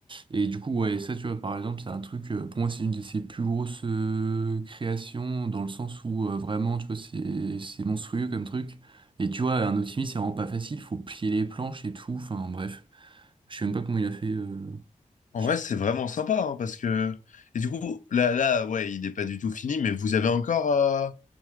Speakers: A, on the right (about 40°); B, on the left (about 65°).
A: et du coup, ouais, ça, tu vois, par exemple, c'est un truc, euh, pour moi, c'est une de ses plus grosses euh, créations, dans le sens où euh, vraiment, tu vois, c'est c'est monstrueux comme truc. Et tu vois, un optimiste, c'est vraiment pas facile, faut plier les planches et tout, enfin, bref. Je sais même pas comment il a fait, euh,
B: En
A: je-
B: vrai, c'est vraiment sympa hein, parce que et du coup là là ouais, il n'est pas du tout fini, mais vous avez encore euh,